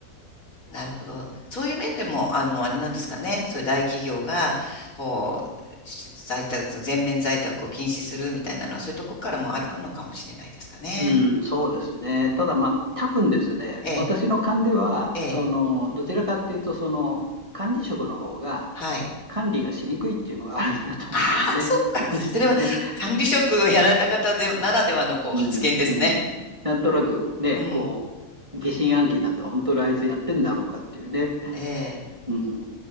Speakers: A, on the left; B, on the right.
A: なるほど。そういう面でも、あの、あれなんですかね。そういう大企業が、こう、し在宅、全面在宅を禁止するみたいなのは、そういうところからもあるのかもしれないですかね。
B: うん、そうですね。ただ、まあ、多分ですね、
A: ええ、
B: 私の勘では、
A: ええ、
B: あの、どちらかっていうと、その、管理職の方が、
A: はい。
B: 管理がしにくいっていうのがあるんだと思うんですね。
A: ああ、そっか。
B: <laughs>
A: <laughs>
B: どうしてもね。
A: それは管理職をやられた方で、ならではのこう発言ですね。
B: うん、うん。なんとなくね、
A: <laughs> うん。
B: こう、疑心暗鬼になって、本当にあいつやってんだろうかっていうね。
A: ええ。
B: うん。